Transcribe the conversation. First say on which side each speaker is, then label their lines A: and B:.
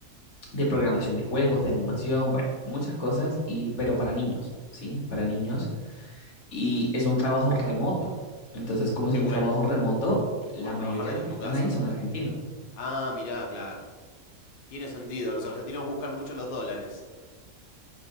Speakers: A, on the left (about 50°); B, on the left (about 65°).
A: de programación de juegos, de animación, bueno, muchas cosas, y, pero para niños, ¿sí? Para niños. y es un trabajo remoto. Entonces, como es
B: Qué
A: un
B: bueno,
A: trabajo remoto, la
B: puedes
A: mayoría
B: trabajar desde
A: de los que
B: tu
A: están
B: casa.
A: ahí son argentinos.
B: Ah, mirá, claro. Tiene sentido, los argentinos buscan mucho los dólares.